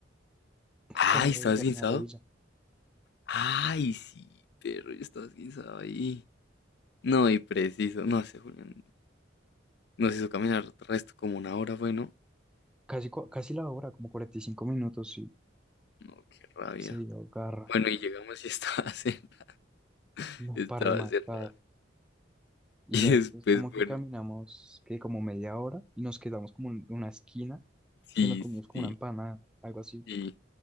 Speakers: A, on the left; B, in the centre.
A: Ay,
B: con la rodilla,
A: ¿estabas guinzado?
B: con la rodilla.
A: Ay, sí, perro, yo estaba guinzado ahí. No, y preciso. No sé, Julián. Nos hizo caminar resto como una hora, bueno.
B: Casi, cua- casi la hora, como 45 minutos, sí
A: No, qué rabia.
B: se agarra,
A: Bueno, y llegamos y estaba <laughs> cerrado.
B: no
A: Estaba
B: para rematar.
A: cerrado.
B: Y
A: Y
B: ya
A: después,
B: después como
A: bueno,
B: que caminamos, que como media hora, y nos quedamos como en una esquina,
A: sí,
B: que nos comimos como
A: sí,
B: una empanada, algo así.
A: sí.